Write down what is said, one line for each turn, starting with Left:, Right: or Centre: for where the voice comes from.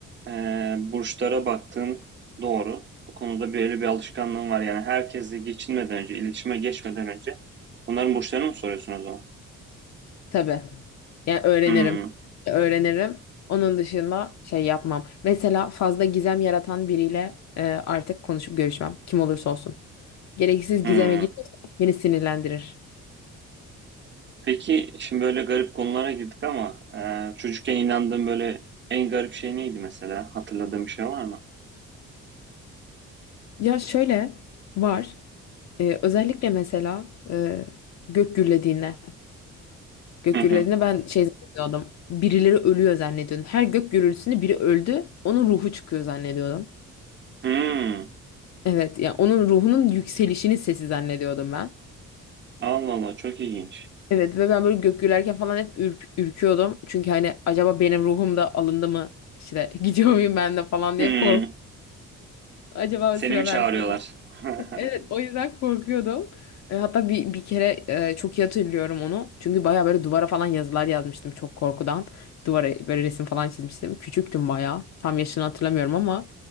Right: eee, burçlara baktığın doğru. Bu konuda böyle bir alışkanlığın var. Yani herkesle geçinmeden önce, iletişime geçmeden önce onların burçlarını mı soruyorsun o zaman?
Left: Tabii. Yani öğrenirim.
Right: Hmm,
Left: Öğrenirim. Onun dışında şey yapmam. Mesela fazla gizem yaratan biriyle e, artık konuşup görüşmem. Kim olursa olsun. Gereksiz
Right: hmm.
Left: gizeme gidiyorsa beni sinirlendirir.
Right: Peki şimdi böyle garip konulara girdik ama e, çocukken inandığın böyle en garip şey neydi mesela? Hatırladığın bir şey var mı?
Left: Ya şöyle var. E, özellikle mesela e, gök gürlediğinde. Gök
Right: Hı hı.
Left: gürlediğinde ben şey zannediyordum. Birileri ölüyor zannediyordum. Her gök gürültüsünde biri öldü. Onun ruhu çıkıyor zannediyordum.
Right: Hmm.
Left: Evet ya onun ruhunun yükselişinin sesi zannediyordum ben.
Right: Allah Allah çok ilginç.
Left: Evet ve ben böyle gök gürlerken falan hep ürk- ürküyordum. Çünkü hani acaba benim ruhum da alındı mı? İşte <laughs> gidiyor muyum ben de falan
Right: Hmm.
Left: diye kork. Acaba
Right: Seni
Left: o sıra
Right: mi çağırıyorlar?
Left: bende
Right: <laughs>
Left: Evet, o yüzden korkuyordum. E, hatta bir bir kere e, çok iyi hatırlıyorum onu. Çünkü baya böyle duvara falan yazılar yazmıştım çok korkudan. Duvara böyle resim falan çizmiştim. Küçüktüm baya. Tam yaşını hatırlamıyorum ama